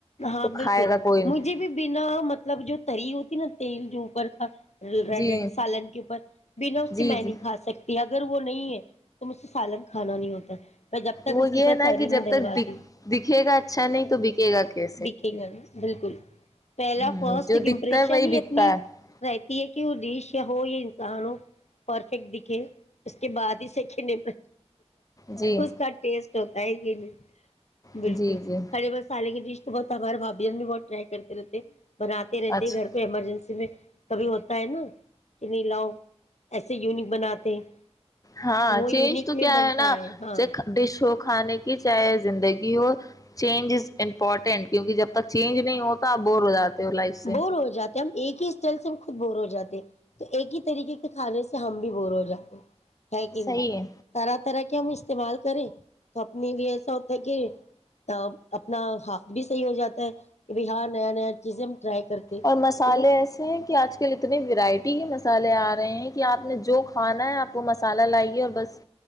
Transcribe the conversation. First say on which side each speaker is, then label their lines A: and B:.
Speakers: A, on the left; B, on the left.
A: ہاں
B: تو
A: بالکل
B: کھائے گا کوئی
A: مجھے
B: نہیں۔
A: بھی بنا مطلب جو تری ہوتی نا تیل جو بر کا
B: جی
A: ڈٹ سالن کے اوپر بنا اس کی
B: جی
A: میں نہیں
B: جی
A: کھا سکتی اگر وہ نہیں ہے تو مجھ سے سالن کھانا نہیں ہوتا میں جب تک
B: وہ
A: اس کے
B: یہ
A: پاس
B: ہے نا
A: تری
B: کہ
A: نہیں
B: جب
A: ڈلواتی
B: تک د دکھے گا اچھا نہیں تو بکے گا ک
A: دکیں گ بالکل پہلا
B: ہ
A: فرسٹ
B: جو دکھتا
A: امپریشن
B: ہے وہی
A: ہی اپنی
B: بکتا ہے
A: رہتی کہ وہ ڈش ہو یا انسان ہو پرفیکٹ دکھے اس کے بعد ہی سے کہنے
B: جی
A: اس کا ٹیسٹ ہوتا ہے گ لی <unintelligible> بالکل
B: جی جی
A: کھڑے مسالے کی ڈش تو بہت ہمارے بھاھی بھی بہت ٹرائی کرتے رہتے بناتے رہتے
B: اچھا
A: گھر پہ ایمرجنسی میں کبھی ہوتا ہے نا کہ نہیں لاؤ ایسے یونک بناتے
B: ہاں
A: تو وہ
B: چینج
A: یونک
B: تو
A: میں
B: کیا
A: بنتا
B: ہے نا
A: ہاں
B: چکھ ڈش ہو کھانے کی چاہے زندگی و چینجز <unintelligible> امپورٹینٹ کیونکہ جب تک چینج نہیں ہوتا آپ بور ہو جاتے ہو لائف سے
A: بور ہو جاتے ہم ایک ہی اسٹائل سے ہم خود بور ہو جاتے تو ایک ہی طریقے کے کھانے سے ہم بھی بور ہو جاتے ہیکگ
B: صحیح ہے
A: طرح طرح کی ہم استعمال کریں تو اپنے بھی ایسا ہوتا ہے ک اپنا ہاتھ بھی صحیح ہو جاتا ہے کہ بھائی ہاں نیا نیا چیزیں ٹرائی کرتے
B: اور مسالے
A: تو
B: ایسے ہیں کہ آج کل اتنی ورائٹی ٹیین مسالحے آ رہے ہیں کہ آپ نے جو کھانا ہے آپ وہ مسالہ لائیے اور بس